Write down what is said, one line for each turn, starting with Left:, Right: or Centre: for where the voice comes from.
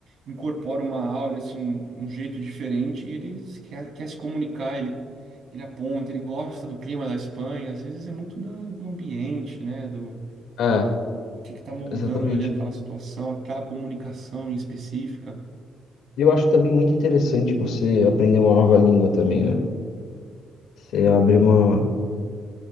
Right: incorpora uma áurea, assim, um, um jeito diferente, e ele se- quer, quer se comunicar, ele, ele aponta, ele gosta do clima da Espanha, às vezes é muito da, do ambiente, né? Do
Left: É,
Right: o que que tá moldando
Left: exatamente.
Right: ali aquela situação, aquela comunicação em específica.
Left: E eu acho também muito interessante você aprender uma nova língua também, né? Você abre uma.